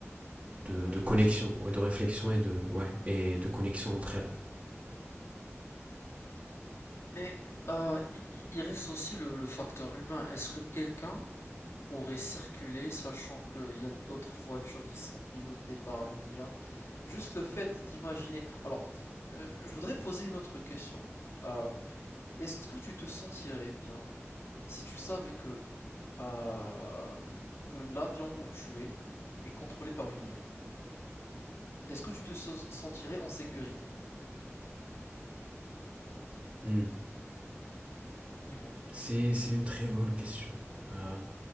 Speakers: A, on the right; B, on the left.
A: de,
B: de réflexion,
A: de connexion,
B: d'IA.
A: ouais, de réflexion et de, ouais, et de connexion entre elles.
B: Mais euh, il, il- il reste aussi le, le facteur humain. Est-ce que quelqu'un pourrait circuler sachant qu'il y a d'autres voitures qui sont pilotées par une IA? Juste le fait d'imaginer. Alors, euh, je voudrais poser une autre question. Euh, est-ce que tu te sentirais bien si tu savais que, euh, que l'avion où tu es est contrôlé par une IA? Est-ce que tu te so- sentirais en sécurité?
A: Hmm.
B: Dis-moi.
A: C'est, c'est une très bonne question. Euh,